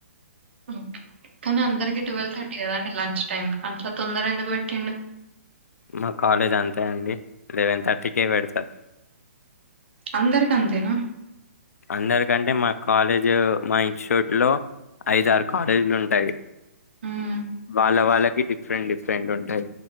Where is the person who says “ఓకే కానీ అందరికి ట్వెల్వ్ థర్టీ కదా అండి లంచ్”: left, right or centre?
Right